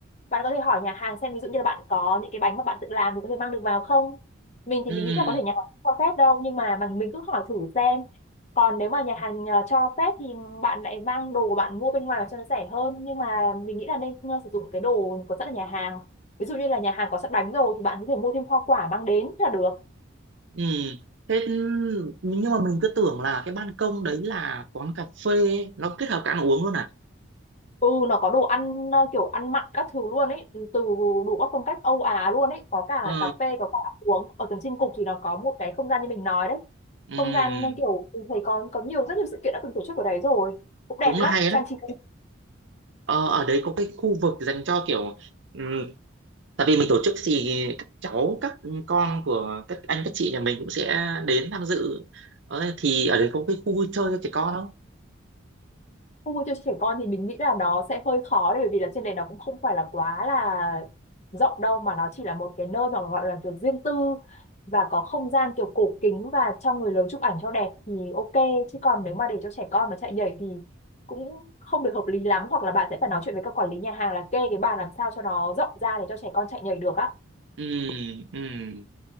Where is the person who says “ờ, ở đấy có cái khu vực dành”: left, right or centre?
Right